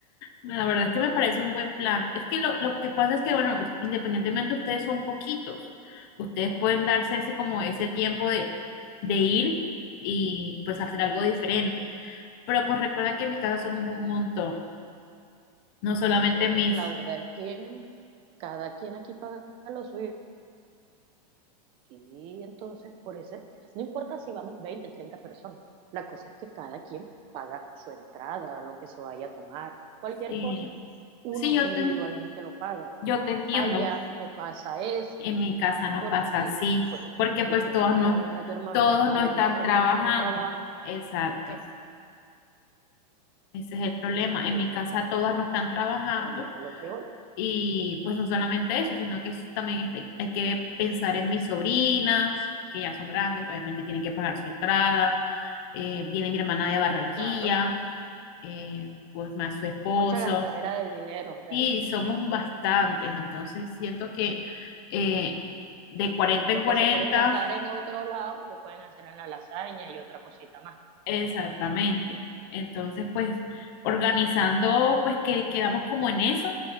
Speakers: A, on the left; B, on the right.
A: La verdad es que me parece un buen plan. Es que lo, lo que pasa es que, bueno, us- independientemente ustedes son poquitos, ustedes pueden darse ese como ese tiempo de, de ir y pues hacer algo diferente. Pero pues recuerda que en mi casa somos un montón, no solamente
B: Pues mi amor,
A: mis...
B: la verdad es que cada quien aquí paga lo suyo. Y entonces, por ese, no importa si vamos 20 30 personas, la cosa es que cada quien paga su entrada, lo que se vaya a tomar, cualquier
A: Sí,
B: cosa, uno
A: sí, yo
B: individualmente
A: te, en-
B: lo paga.
A: yo te entiendo,
B: Allá no pasa eso,
A: en mi casa no
B: porque
A: pasa así,
B: pues
A: porque
B: tú
A: pues
B: tienes
A: todos
B: a
A: no,
B: una de tu hermana,
A: todos
B: a
A: no
B: dos
A: están
B: de tus hermanas
A: trabajando.
B: que no trabajan,
A: Exacto,
B: eh,
A: ese es el problema. En
B: esa-
A: mi casa todas no están trabajando.
B: ahí es a lo que voy.
A: Y pues no solamente eso, sino que es- también este- hay que pensar en mis sobrinas, que ya son grandes, obviamente tienen que pagar su entrada. Eh, viene mi hermana de Barranquilla,
B: Sí, claro,
A: eh, pues más su esposo.
B: mucha gastadera de dinero realmente.
A: Y somos bastantes, entonces siento que eh, de cuarenta
B: Lo
A: en 40
B: que se pueden gastar en otro lado, lo pueden hacer en la lasaña y otra cosita más.
A: exactamente. Entonces, pues organizando, pues que quedamos como en eso.